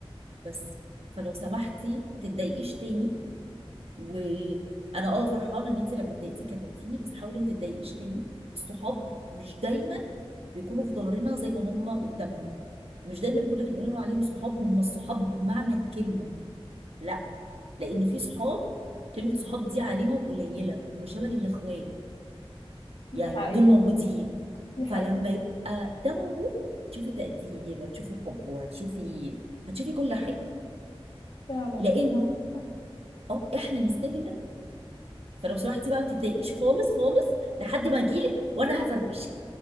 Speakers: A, on the right (about 75°); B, on the left (about 65°).
A: بس فلو سمحتي ما تتضايقيش تاني وانا اه فرحانه ان انت لما اتضايقتي كلمتيني بس حاولي ما تتضايقيش تاني الصحاب مش دايما بيكونوا في ظهرنا زي ما هم قدامنا مش دايما كل اللي بنقول عليهم صحاب هم الصحاب بمعنى الكلمه لا لان في صحاب كلمه صحاب دي عليهم قليله هم شبه الاخوات
B: دي
A: يعني
B: حقيقه
A: دول موجودين
B: دي
A: فلما
B: حقيقه
A: يبقى ده موجود هتشوفي تقدير وهتشوفي حب وهتشوفي هتشوفي كل حاجه
B: فعلا انتي
A: لان
B: عندك حق
A: اه احنا نستاهل ده فلو سمحتي بقى ما تتضايقيش خالص خالص لحد ما اجيلك وانا هفرفشك